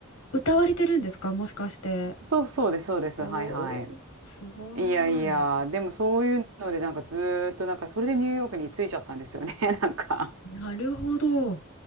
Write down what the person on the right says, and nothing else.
そうそうです、そうです。
はいはい。
いやいや、でもそういうので、なんかずーっと、なんかそれでニューヨークに着いちゃったんですよね、<laughs> なんか。